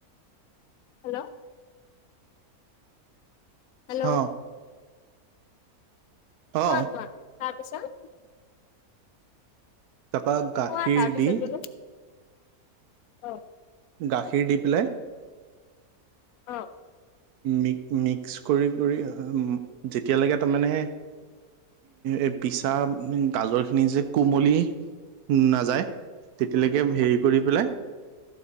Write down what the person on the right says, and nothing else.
অ অ
তাৰপা গাখীৰ
দি
গাখীৰ দি পেলাই
মিক মিক্স কৰি কৰি যেতিয়ালৈকে তামানে এ পিচা গাজৰ খিনি যে কোমলি নাযায়। তেতিয়ালৈকে হেৰি
কৰি পেলাই